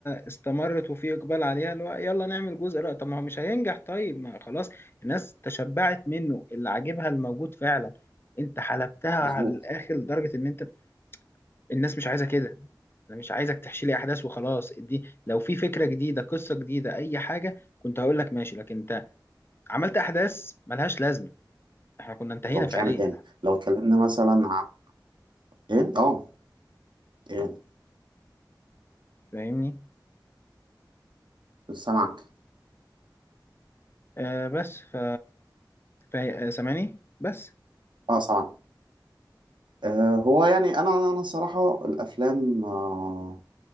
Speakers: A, on the left; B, on the right.
A: استمرت وفي اقبال عليها اللي هو يلا نعمل جزء لا طب ما هو مش هينجح طيب ما خلاص الناس تشبعت منه اللي عاجبها الموجود فعلا انت حلبتها على
B: مظبوط
A: الاخر لدرجة ان انت الناس مش عايزه كده انا مش عايزك تحشي لي احداث وخلاص دي لو في فكره جديده قصه جديده اي حاجه كنت هقول لك ماشي لكن انت عملت احداث ملهاش لازمه احنا كنا انتهينا
B: هو مش
A: فعليا
B: عامل تاني لو اتكلمنا مثلا عن ايه اه ايه
A: فاهمني
B: سامعك
A: آه بس ف فا- سامعني بس
B: اه سامعك آه هو يعني انا انا الصراحه الافلام آه